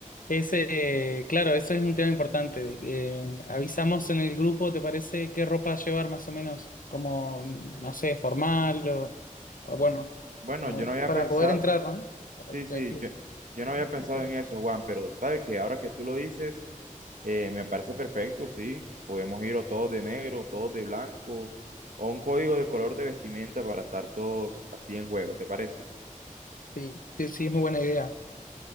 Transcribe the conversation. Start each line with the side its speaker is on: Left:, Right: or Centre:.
Left: Ese, claro, ese es un tema importante. Eh, avisamos en el grupo, ¿te parece qué ropa llevar más o menos? Como, no sé, formal o, o bueno,
Right: Bueno,
Left: como
Right: yo
Left: Sí.
Right: no había
Left: para
Right: pensado,
Left: poder entrar, ¿no?
Right: sí,
Left: Al,
Right: sí,
Left: al club.
Right: yo, yo no había pensado
Left: Sí,
Right: en eso, Juan, pero sabes que ahora que tú lo dices, Eh, me parece perfecto, sí. Podemos ir o todos de negro, o todos de blanco, o un código de color de vestimenta para estar todos así en juego, ¿te parece?
Left: sí, sí, es muy buena idea.